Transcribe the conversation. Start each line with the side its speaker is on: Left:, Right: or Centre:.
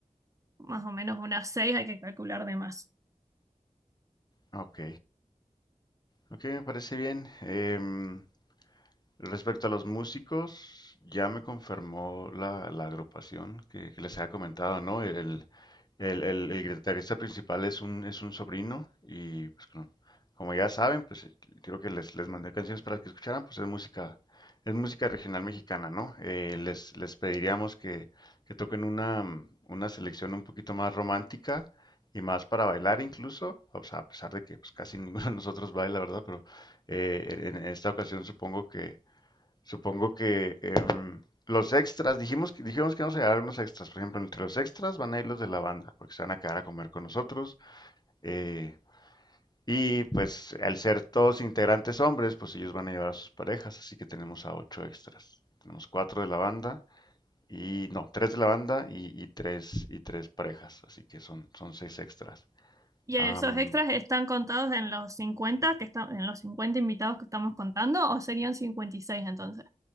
Right: más o menos unas seis, hay que calcular de más.
Left: Ok, ok, me parece bien. Em, Respecto a los músicos, ya me confirmó la, la agrupación que, que les había comentado, ¿no? El, el, el- el guitarrista principal es un, es un sobrino y pues como, como ya saben, pues eh, creo que les, les mandé canciones para que escucharan, pues es música, es música regional mexicana, ¿no? Eh, les, les pediríamos que, que toquen una, mm, una selección un poquito más romántica y más para bailar incluso, o sea, a pesar de que pues, casi ninguno de nosotros baila, ¿verdad? Pero eh, en en esta ocasión supongo que Supongo que em, los extras, dijimos que, dijimos que vamos a llevar unos extras. Por ejemplo, entre los extras van a ir los de la banda, porque se van a quedar a comer con nosotros. eh, y pues al ser todos integrantes hombres, pues ellos van a llevar a sus parejas, así que tenemos a ocho extras. Tenemos cuatro de la banda y no, tres de la banda y, y tres y tres parejas, así que son, son seis extras.
Right: Y
Left: Am,
Right: esos extras están contados en los cincuenta que está- en los 50 invitados que estamos contando, o serían 56 entonces.